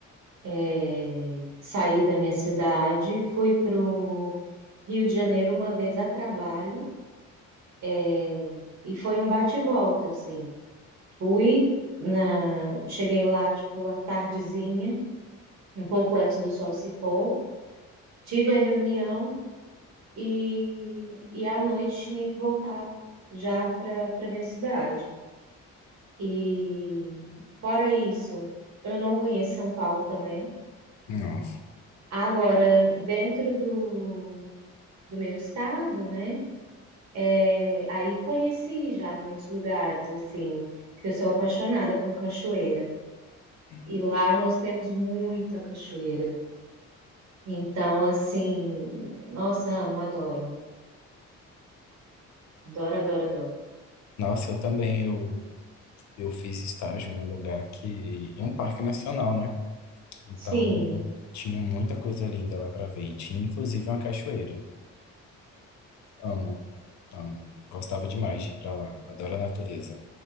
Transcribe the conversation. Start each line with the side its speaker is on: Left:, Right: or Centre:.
Right: é, saí da minha cidade, fui pro Rio de Janeiro uma vez a trabalho, é, e foi um bate-volta, assim. Fui na, cheguei lá, tipo, à tardezinha, um pouco antes do sol se pôr. tive a reunião e, e à noite tinha que voltar já para para minha cidade. E fora isso, eu não conheço São Paulo também.
Left: Não.
Right: Agora, dentro do, do meu estado, né? é, aí conheci já muitos lugares, assim, porque eu sou apaixonada com cachoeira.
Left: <laughs>
Right: E lá nós temos muita cachoeira. Então, assim, nossa, amo, adoro. Adoro, adoro, adoro.
Left: Nossa, eu também, eu, eu fiz estágio em um lugar que, em um parque nacional, né? Então,
Right: Sim,
Left: tinha muita coisa linda lá pra ver. E tinha inclusive uma cachoeira. Amo, amo. Gostava demais de ir pra lá. Adoro a natureza.